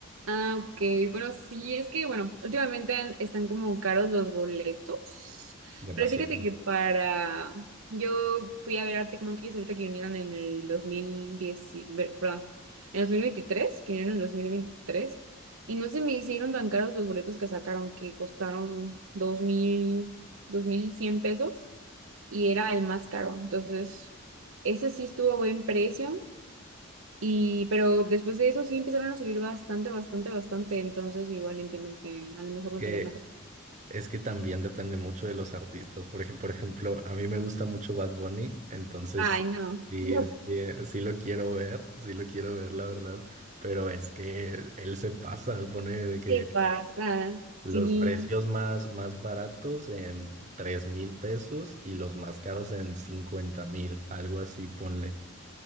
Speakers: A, on the right; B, on the right.
A: Ah, ok. Bueno, sí, es que, bueno, últimamente han- están como caros los boletos.
B: Demasiado.
A: Pero fíjate que para... Yo fui a ver Arctic Monkeys ahorita que vinieron en el 2010, y- ver- perdón, en 2023 que vinieron en dos mil veintitrés Y no se me hicieron tan caros los boletos que sacaron, que costaron dos dos mil dos mil cien pesos. Y era el más caro. Entonces, ese sí estuvo a buen precio. Y, pero después de eso sí empezaron a subir bastante, bastante, bastante. Entonces igual entiendo que a lo mejor
B: Es
A: no
B: que
A: te llama. tanto
B: Es que también depende mucho de los artistas, porque por ejemplo, a mí me gusta mucho Bad Bunny, entonces
A: Ay, no.
B: sí,
A: <laughs>
B: sí, eh, sí lo quiero ver, sí lo quiero ver, la verdad, pero es que él se pasa, pone de que
A: ¿Qué pasa?
B: los
A: Sí,
B: precios más, más baratos en tres mil pesos y los más caros en cincuenta mil, algo así, ponle.